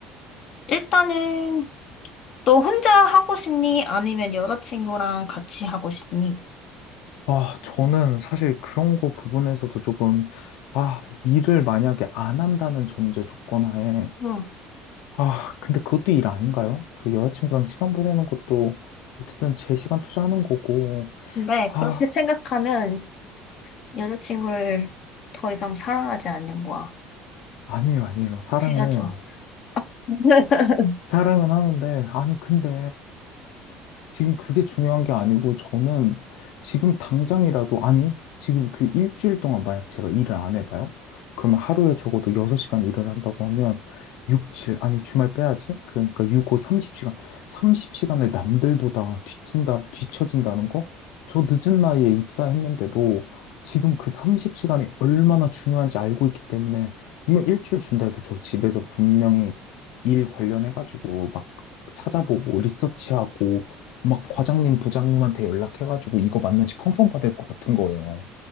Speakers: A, on the left; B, on the left.
A: 일단은 너 혼자 하고 싶니? 아니면 여자친구랑 같이 하고 싶니?
B: 아, 저는 사실 그런 거 부분에서도 조금, 아, 일을 만약에 안 한다는 전제 조건 하에,
A: 응.
B: 아, 근데 그것도 일 아닌가요? 그 여자친구랑 시간 보내는 것도 어쨌든 제 시간 투자하는 거고.
A: 근데
B: 아,
A: 그렇게 생각하면 여자친구를 더 이상 사랑하지 않는 거야.
B: 아니에요, 아니에요. 사랑은
A: 헤어져.
B: 해요.
A: <laughs>
B: 사랑은 하는데, 아니, 근데, 지금 그게 중요한 게 아니고 저는 지금 당장이라도 아니 지금 그 일주일 동안 만약 제가 일을 안 해봐요? 그러면 하루에 적어도 6시간 일을 한다고 하면 6, 7 아니 주말 빼야지 그러니까 6, 5, 30시간 30시간을 남들보다 뒤친다 뒤처진다는 거? 저 늦은 나이에 입사했는데도 지금 그 30시간이 얼마나 중요한지 알고 있기 때문에 분명 일주일 준다 해도 저 집에서 분명히 일 관련해가지고 막 찾아보고 리서치하고 막 과장님, 부장님한테 연락해가지고 이거 맞는지 컨펌 받을 것 같은 거예요.